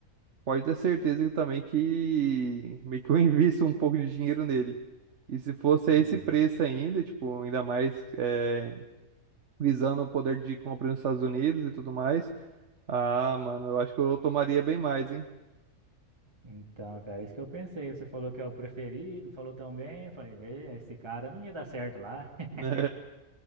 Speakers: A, on the right; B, on the right.
A: pode ter certeza que também que meio que eu <laughs> invisto um pouco de dinheiro nele. E se fosse a
B: É.
A: esse preço ainda, tipo, ainda mais. é, visando o poder de compra nos Estados Unidos e tudo mais. Ah, mano, eu acho que eu tomaria bem mais, hein? <laughs>
B: Então, cara, isso que eu pensei. Você falou que é o preferido, falou tão bem. Eu falei, "Ei, esse cara não ia dar certo lá. <laughs>
A: Né?